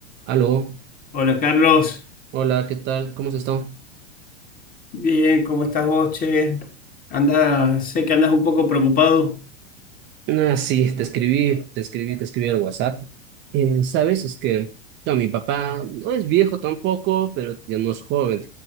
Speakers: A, on the right (about 35°); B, on the left (about 25°).
A: Aló,
B: Hola Carlos,
A: hola, ¿qué tal? ¿Cómo has estado?
B: bien, ¿cómo estás vos, che? Anda, sé que andas un poco preocupado,
A: Ah, sí, te escribí, te escribí, te escribí al WhatsApp. Eh, ¿sabes? Es que no, mi papá no es viejo tampoco, pero ya no es joven,